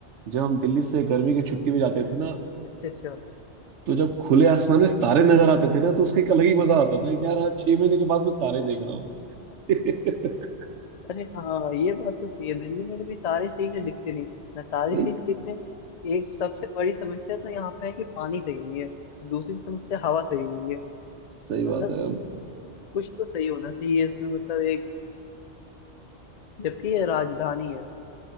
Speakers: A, on the right; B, on the left.
A: जब हम दिल्ली से गर्मी की छुट्टी में जाते थे ना
B: अच्छा अच्छा
A: तो जब खुले आसमान
B: हम्म,
A: में तारे नजर आते थे ना तो उसका एक अलग ही मजा आता था कि यार आज छह महीने के बाद मैं तारे देख रहा हूँ <laughs>
B: अरे हाँ ये बात तो सही है दिल्ली में भी तारे सही से दिखते नहीं ना तारे
A: नहीं
B: सही से दिखते एक सबसे बड़ी समस्या तो यहाँ पे है कि पानी सही नहीं है दूसरी समस्या हवा सही नहीं है
A: सही बात
B: मतलब
A: है
B: कुछ तो सही होना चाहिए इसमें मतलब एक जबकि ये राजधानी है